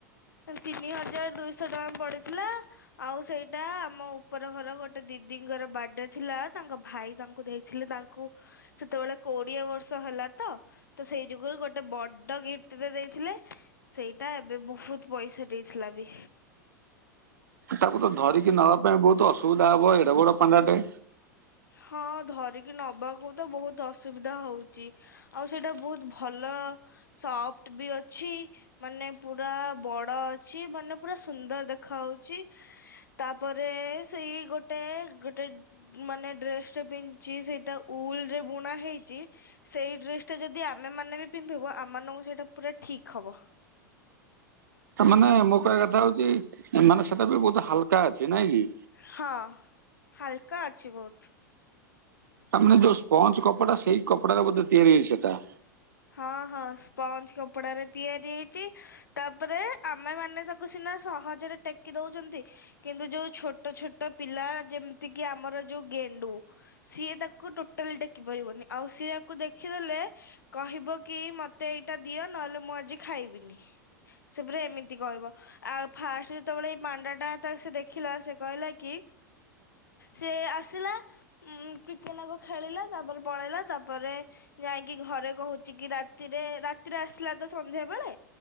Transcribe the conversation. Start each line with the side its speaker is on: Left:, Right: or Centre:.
Left: ତିନି ହଜାର ଦୁଇଶହ ଟଙ୍କା ପଡିଥିଲା। ଆଉ ସେଇଟା ଆମ ଉପର ଘର ଗୋଟେ ଦିଦିଙ୍କର ବାର୍ଡେ। ଥିଲା ତାଙ୍କ ଭାଇ ତାଙ୍କୁ ଦେଇଥିଲେ ତାଙ୍କୁ ସେତେବେଳେ କୋଡିଏ ବର୍ଷ ହେଲା ତ। ତ ସେଇ ଯୁଗରୁ ଗୋଟେ ବଡ ଗିଫ୍ଟ ଦେଇଥିଲେ। ସେଇଟା ଏବେ ବହୁତ ପଇସା ଦେଇଥିଲା ବି।
Right: ତାକୁ ତ ଧରିକି ନବା ପାଇଁ ବହୁତ ଅସୁବିଧା ହବ ଏଡ ବଡ ପାଣ୍ଡା ଟେ।
Left: ହଁ ଧରିକି ନବାକୁ ତ ବହୁତ ଅସୁବିଧା ହଉଛି। ଆଉ ସେଇଟା ବହୁତ ଭଲ ସଫ୍ଟ ବି ଅଛି। ମାନେ ପୁରା ବଡ ଅଛି ମାନେ ପୁରା ସୁନ୍ଦର ଦେଖ ହଉଛି। ତାପରେ ସେଇ ଗୋଟେ ଗୋଟେ ମାନେ। ଡ୍ରେସ ଟା ପିନ୍ଧି ସେଇଟା ଉଲ ରେ ବୁଣା ହେଇଛି। ସେଇ ଡ୍ରେସ ଟା ଯଦି ଆମେ ମାନେ ବି ପିନ୍ଧିବୁ ଆମ ମାନଙ୍କୁ ସେଇଟା ପୁରା ଠିକ ହବ।
Right: ମାନେ ମୁଁ କହିବା କଥା ହଉଛି ମାନେ ସେଟା ବି ବହୁତ ହାଲକା ଅଛି ନାଇଁ କି?
Left: ହଁ ହାଲକା ଅଛି ବହୁତ। <inaudible>
Right: ତାମାନେେ ଯୋଉ ସ୍ପଞ୍ଜ କପଡା ସେଇ କପଡାରେ ବୋଧେ ତିଆରି ହେଛି ସେଟା!
Left: ହଁ ହଁ ସ୍ପଞ୍ଜ କପଡା ରେ ତିଆରି ହେଇଛି। ତାପରେ ଆମେ ମାନେ ତାକୁ ସିନା ସହଜରେ ଟେକି ଦଉଛନ୍ତି। କିନ୍ତୁ ଯୋଉ ଛୋଟ ଛୋଟ ପିଲା ଯେମିତି କିି ଆମର ଯୋଉ ଗେଣ୍ଡୁ। ସିଏ ତାକୁ ଟୋଟାଲି ଡେକି ପାରିବନି ଆଉ ସିଏ ତାକୁ ଦେଖିଦେଲେ। କହିବ କି ମତେ ଏଇଟା ଦିଅ ନହେଲେ ମୁଁ ଆଜି ଖାଇବିନି। ସେପୁରା ଏମିତି କହିବ। ଆଉ ଫାଷ୍ଟ ଯେତେବେଳେ ଏଇ ପାଣ୍ଡା ଟା ତା ସେ ଦେଖିଲା ସେ କହିଲା କି। ସେ ଆସିଲା। ଉଁ କ୍ରିକେ ନାକୁ ଖେଳିଲା ତାପରେ ପଳେଇଲା ତାପରେ ଯାଇକି ଘରେ। କହୁଛି କି ରାତିରେ ରାତିରେ ଆସିଲା ତ ସନ୍ଧ୍ୟା ବେଳେ।